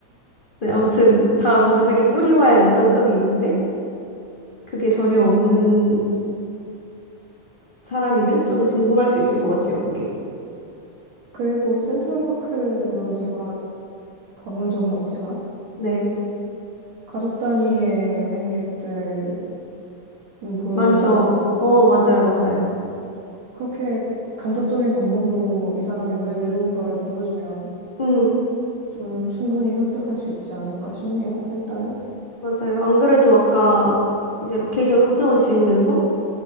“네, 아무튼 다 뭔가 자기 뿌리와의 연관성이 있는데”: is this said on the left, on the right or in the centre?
Left